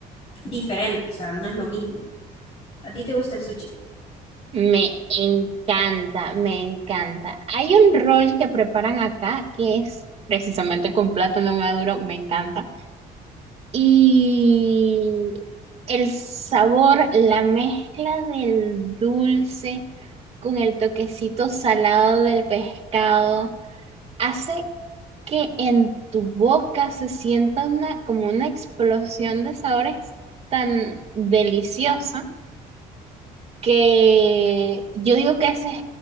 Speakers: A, on the left; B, on the right.
A: diferente, o sea, no es lo mismo. ¿A ti te gusta el sushi?
B: Me encanta, me encanta. Hay un rol que preparan acá que es precisamente con plátano maduro, me encanta. Y el sabor, la mezcla del dulce con el toquecito salado del pescado, hace que en tu boca se sienta una, como una explosión de sabores tan deliciosa que yo digo que ese es